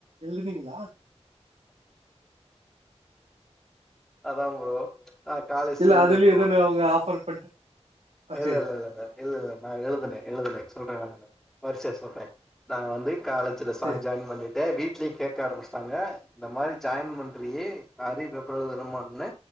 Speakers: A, on the right (about 70°); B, in the centre.
A: எழுதினீங்கலா
B: அதா ப்ரோ ச் ஆஹ காலேஜ்
A: இல்ல
B: சேந்த
A: அதுலயு
B: ப்ரோ
A: எதோன்னு அவங்க ஆஃபர் பண்ட்டு ஆ
B: இல்ல
A: சேரி
B: இல்ல இல்ல ந இல்ல இல்ல நா எழுதுனே எழுதுன சொல்றே நானு வரிசையா சொல்றே நா வந்து காலேஜ்ஜூல சாய்
A: சேரி
B: ஜாய்ன் பண்ணிட் டே வீட்லயே கேட்க ஆரம்பிச்சிட்டாங்க இந்த மாரி ஜாய்ன் பண்றியே அரியர் பேப்பரெழுதனுமானு